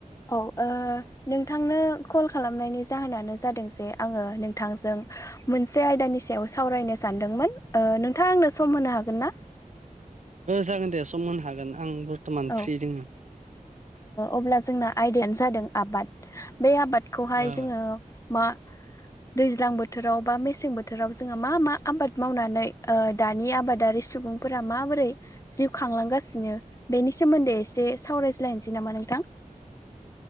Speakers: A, on the left; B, on the right.
A: औ ओ नोंथांनो कल खालामनायनि जाहोनानो जादों जे आङो नोंथांजों मोनसे आयदानि सायाव सावरायनो सानदोंमोन ओ नोंथाङा आंनो सम होनो हागोन ना
B: जागोन दे सम होनो हागोन आं बरथ'मान
A: औ
B: फ्रि दोङो
A: अब्ला जोंना आयदायानो जादों आबाद बे आबादखौहाय
B: ओ
A: जोङो मा दैज्लां बोथोराव बा मेसें बोथोराव जोङो मा मा आबाद मावनानै ओ दानि आबादारि सुबुं फोर माबोरै जिउ खांलांगासिनो बेनि सोमोन्दै एसे सावरायज्लायनोसै नामा नोंथां